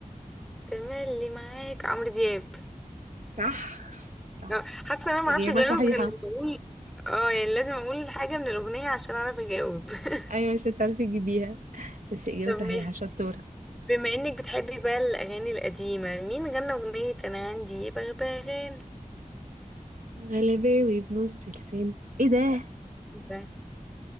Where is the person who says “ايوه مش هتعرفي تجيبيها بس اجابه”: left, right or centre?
Right